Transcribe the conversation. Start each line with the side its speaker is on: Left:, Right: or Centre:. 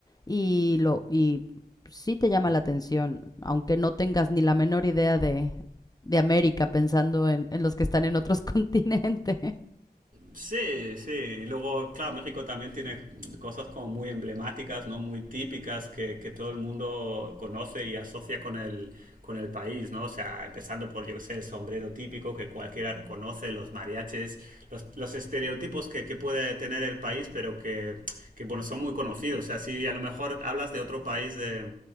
Left: y lo y sí te llama la atención, aunque no tengas ni la menor idea de, de América pensando en, en los que están en otros <laughs> continentes.
Right: Sí, sí. Luego, claro, México también tiene cosas como muy emblemáticas, ¿no? Muy típicas que, que todo el mundo conoce y asocia con el, con el país, ¿no? O sea, empezando por, yo qué sé, el sombrero típico que cualquiera reconoce, los mariachis, los, los estereotipos que, que puede tener el país, pero que, que, bueno, son muy conocidos. O sea, si a lo mejor hablas de otro país de,